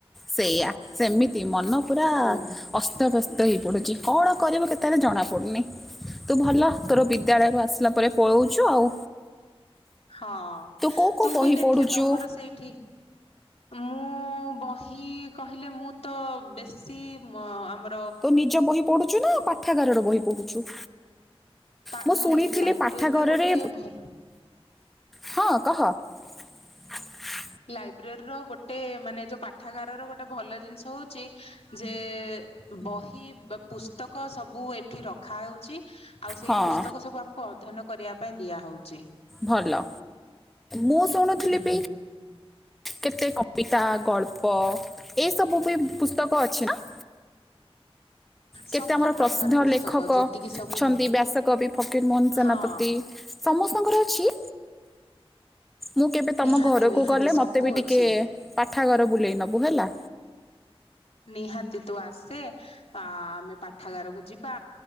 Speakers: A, in the centre; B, on the left.
A: ସେଇଆା ସେମିତି ମନ ପୁରା
B: ହୁଁ।
A: ଅସ୍ତବ୍ୟସ୍ତ ହେଇ ପଡୁଛି। କଣ କରିବୁ କେତେବେଳେ ଜଣା ପଡୁନି ତୁ ଭଲ ତୋର ବିଦ୍ୟାଳୟରୁ ଆସିଲା ପରେ ପଳଉଛୁ ଆଉ
B: ହଁ
A: କେଉଁ କେଉଁ
B: ତୁ
A: ବହି
B: ବି ଦେଖେ
A: ପଢ଼ୁଛୁ
B: ତମର ସେଇଠି ମୁଁ ବହି କହିଲେ ମୁଁ ତ ବେଶୀ ଆମ
A: ତୁ ନିଜ ବହି ପଢୁଛୁ ନା ପାଠାଗାରର ବହି ପଢ଼ୁଛୁ।
B: ପା
A: ମୁଁ
B: ନାଇଁ
A: ଶୁଣିଥିଲି
B: ଲାଇବ୍ରେରୀରେ
A: ପାଠାଗାରରେ
B: ଗୋଟେ ଭଲ
A: ହଁ କହ ହ <unintelligible>
B: ଲାଇବ୍ରେରୀ ର ଗୋଟେ ମାନେ ଯୋଉ ପାଠାଗାରର ଗୋଟେ ଭଲ ଜିନିଷ ହଉଛି। ଯେ ବହି ପୁସ୍ତକ ସବୁ ଏଠି ରଖା ହଉଛି। ଆଉ ସେଇ
A: ହଁ
B: ପୁସ୍ତକ ସବୁ ଆମକୁ ଅଧ୍ୟୟନ କରିବା ପାଇଁ ଦିଆ ହଉଛି।
A: ଭଲ ମୁଁ ଶୁଣୁଥିଲି
B: ହୁଁ
A: ବି କେତେ କବିତା ଗଳ୍ପ ଏଇ ସବୁ ବି ପୁସ୍ତକ ଅଛି ନା? କେତେ
B: ସବୁ
A: ଆମର
B: ପ୍ରକାର
A: ପ୍ରସିଦ୍ଧ
B: ପୁସ୍ତକ
A: ଲେଖକ
B: ଯେତିକି ସବୁ
A: ଅଛନ୍ତି ବ୍ୟାସକବି ଫକୀର ମୋହନ ସେନାପତି
B: ହଁ
A: ସମସ୍ତଙ୍କର ଅଛି? ମୁଁ କେବେ ତମ
B: ନିହାତି
A: ଘରକୁ
B: ନିହାତି
A: ଗଲେ
B: ସବୁ
A: ମତେ ବି ଟିକେ
B: ଅଛି
A: ପା କଠା ଘର ବୁଲେଇ ନବୁ ହେଲା।
B: ନିହାତି ତୁ ଆସେ ଆମେ ପାଠାଗାରକୁ ଯିବା